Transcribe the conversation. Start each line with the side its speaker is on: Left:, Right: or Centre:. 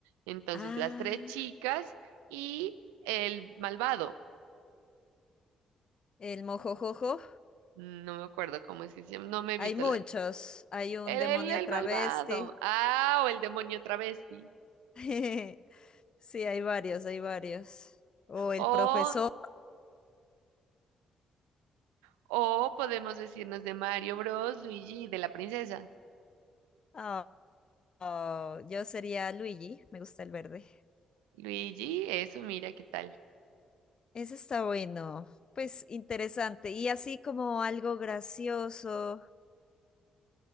Right: Entonces,
Left: Ah,
Right: las tres chicas y el malvado.
Left: el mojojojo.
Right: No me acuerdo cómo es que se llama, no me he
Left: Hay
Right: visto
Left: muchos.
Right: la...
Left: Hay un
Right: El,
Left: demonio
Right: el, el
Left: travesti.
Right: malvado. Ah, o el demonio travesti.
Left: <laughs> Sí, hay varios, hay varios. O el
Right: O,
Left: profesor.
Right: o podemos decirnos de Mario Bros, Luigi y de la princesa.
Left: Ah, Oh, yo sería Luigi, me gusta el verde.
Right: Luigi, eso, mira qué tal.
Left: Ese está bueno, pues interesante. Y así como algo gracioso,